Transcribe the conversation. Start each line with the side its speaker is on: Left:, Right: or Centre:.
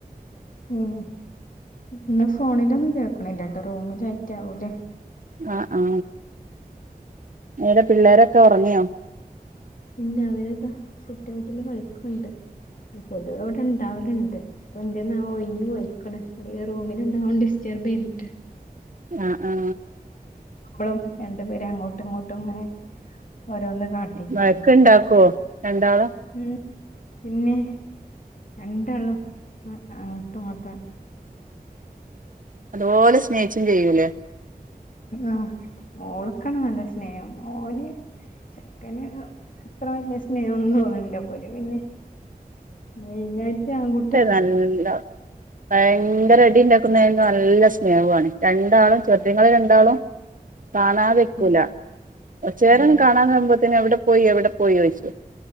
Left: ഉം ഇന്ന ഫോണിലൊന്നും കേൾക്ക്ണില്ലട്ടോ റൂമിലായിറ്റാവു ലെ
Right: ആ ആ ഏടെ പിള്ളേരൊക്ക ഒർങ്ങിയോ
Left: ഇല്ല അവര് ഇതാ സിറ്റ് ഔട്ടില് കളിക്ക്ണ്ട് പൊതുവെ അവ്ടണ്ടാവല്ണ്ട് ഇപ്പ എന്തേന്നാവോ ഒഴിഞ് പോയിക്ക്ണ് അല്ലെങ്കി റൂമില്ണ്ടാവും ഡിസ്റ്റർബ് ചെയ്ത്ട്ട്
Right: ആ ആ
Left: ബളും രണ്ട് പേര് അങ്ങോട്ടും ഇങ്ങോട്ടും ഇങ്ങനെ ഓരോന്ന് കാട്ടിട്ടുണ്ടാവും
Right: വഴക്ക് ഇണ്ടാക്കോ രണ്ടാളും
Left: ഉം പിന്നെ രണ്ടാളും അങ്ങട്ടും ഇങ്ങട്ട്
Right: അതുപോലെ സ്നേഹിച്ചും ചെയ്യൂലേ
Left: ആ മോള്ക്കാണ് നല്ല സ്നേഹം മോന് ചെക്കന് അത്ര വല്ല്യ സ്നേഹന്നും തോന്ന്ണില്ല ഓര് പിന്നിം മൈനയിട്ട് ആൺകുട്ടിയള്
Right: നല്ലോ ഭയങ്കര അടി ഇണ്ടാക്കുന്നര്ന്നു നല്ല സ്നേഹു ആണ് രണ്ടാളും ചെർദിങ്ങള് രണ്ടാളും <inaudible> കാണാതെക്കൂല
Left: ഉം
Right: കൊർച്ചേരം
Left: ഉം
Right: കാണാതാവുമ്പോത്തിന് എവടെ പോയി എവടെ പോയി ചോയ്‌ച്ചും